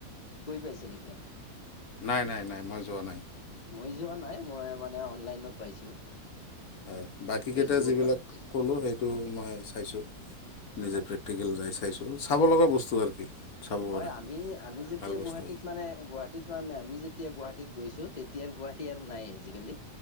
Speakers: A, on the left (about 30°); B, on the left (about 65°).
A: গৈ পাইছে নেকি আপুনি?
B: নাই-নাই-নাই মই যোৱা নাই।
A: মই যোৱা নাই, মই মানে অনলাইনত পাইছো।
B: হয় বাকীকেইটা
A: ফেচবুকত
B: যিবিলাক
A: পালো
B: ক'লোঁ সেইটো মই চাইছো। নিজে
A: হয়
B: প্ৰেক্টিকেল যাই চাইছো চাব লগা বস্তু আৰু কি চাব পাৰে
A: হয়, আমি-আমি যেতিয়া
B: ভাল বস্তু
A: গুৱাহাটীত মানে গুৱাহাটীত ম আমি যি তেতিয়া গুৱাহাটীত গৈছো, তেতিয়াৰ গুৱাহাটী আৰু নাই আজিকালি,